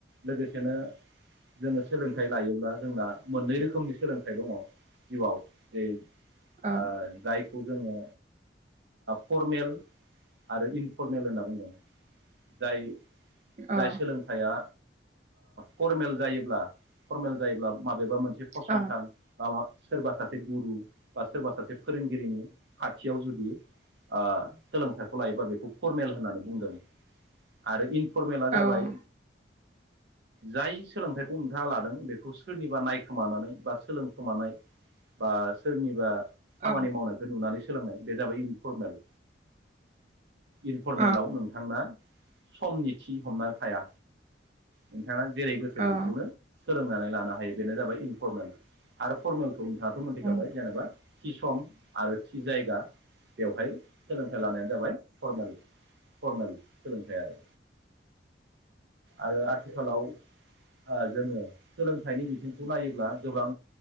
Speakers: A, on the right (about 65°); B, on the right (about 40°).
A: लोगोसेनो जोंङो सोलोंथाइ लायोब्ला जोंना मोननै रोखोमनि सोलोंथाइ दङ जिउआव जे
B: औ
A: ओ जाय खौ जोंङो फरमेल आरो इनफरमेल होनना बुंदों जाय
B: अ
A: जाय सोलोंथाइया फरमेल जायोब्ला फरमेल जायोब्ला माबा बबेबा मोनसे फसंथान
B: अ औ अ औ
A: माबा सोरबा सासे गुरु बा सोरबा सासे फोरोंगिरिनि खाथियाव जुदि ओ सोलोंथा खौ लायोबा बेखौ फरमेल होननानै बुंदों। <inaudible> आरो इन फरमेला जाबाय
B: औ
A: जाय सोलोंथाइखौ नोंथांङा लादों बेखौ सोरनिबा नायखोमानानै बा सोलोंखोमानाय बा सोरनिबा खामानि
B: अ औ
A: मावनायखौ नुनानै सोलोंनाय बे जाबाय इनफरमेल इनफरमेलाव
B: औ
A: नोंथांना समनि थि हमना थाया नोंथाङा जेरै गोसो
B: औ
A: बेखौनो सोलोंनानै लानो हायो बेनो जाबाय इनफरमेल आरो फरमेल खौ नोंथाङाथ' मोनथिखाबाय
B: औ
A: जेनेबा थि सम आरो थि जायगा बेवहाय सोलोंथाइ लानायानो जाबाय फरमेल फरमेल सोलोंथाइ आरो आरो आथिखालाव ओ जोङो सोलोंथाइनि बिथिंखौ नायोब्ला गोबां